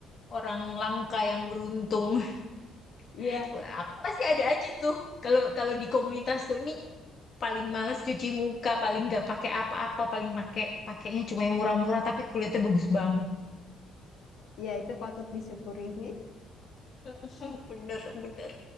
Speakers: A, on the left; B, on the left.
A: orang langka yang beruntung.
B: Iya,
A: <laughs> Aku masih ada aja tuh. Kalau kalau di komunitas tuh ini paling males cuci muka, paling nggak pakai apa-apa, paling pakai pakainya cuma yang murah-murah tapi kulitnya bagus banget.
B: iya itu patut disyukuri sih.
A: <laughs> Bener, bener.